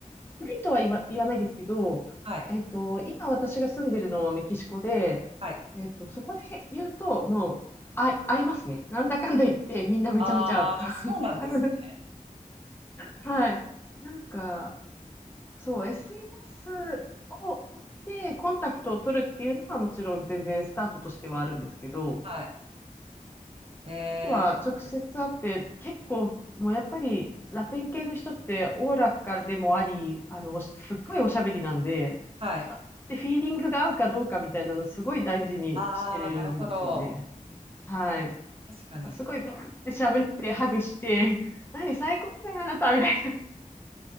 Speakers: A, on the left (about 15°); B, on the right (about 45°).
A: ないとは言わ、言わないですけど、
B: はい。
A: えっと、今私が住んでるのはメキシコで、
B: はい。
A: えっと、そこで言うと、もう、あ、合いますね。なんだかんだ言って、みんなめちゃめちゃ合う。
B: ああ、そうなんですね。
A: <laughs> はい。なんか、そう、SNS を持ってコンタクトを取るっていうのはもちろん全然スタートとしてはあるんですけど、
B: はい。へ
A: とは直接会って結構もうやっぱりラテン系の人っておおらかでもあり、
B: え。
A: あの、すっごいおしゃべりなんで、
B: はい。
A: 人ってフィーリングが合うかどうかみたいなのすごい大事にしてるんですよね。
B: ああ、なるほど。
A: はい。
B: 確かに。
A: すごいバーって喋って、ハグして、何最高じゃん、あなたみたいな。